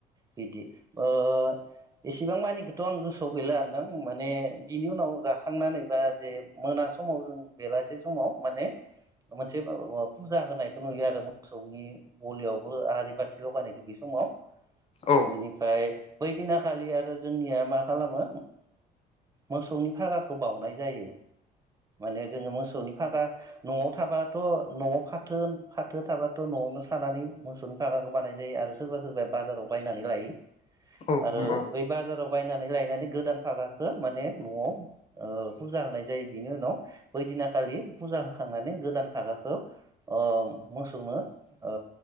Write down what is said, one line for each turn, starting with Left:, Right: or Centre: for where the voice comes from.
Right: बिदि ओ एसेबां मानिखौथ' आं गोसोआव गैला नोंथां माने बिनि उनाव जाखांनानै बा जे मोना समाव जों बेलासे समाव माने मोनसे फुजा होनायखौ नुयो आरो मोसौनि गलियावबो आरारि बाथि लगायनायखौ बि समाव
Left: औ
Right: बेनिफ्राय बैदिनाखालि आरो जोंनिया मा खालामो मोसौनि फागाखौ बावनाय जायो माने जोङो मोसौनि फागा न'आव थाबाथ' न'आव फाथो फाथो थाबाथ' न'आवनो सानानै मोसौनि फागाखौ बानाय जायो आरो सोरबा सोरबाया बाजाराव बायनानै लायो
Left: औ
Right: आरो
Left: नंगौ
Right: बै बाजाराव बायनानै लायनानै गोदान फागाखो माने न'आव ओ फुजा होनाय जायो बिनि उनाव बैदिनाखालि फुजा होखांनानै गोदान फागाखौ अ मोसौनो ओ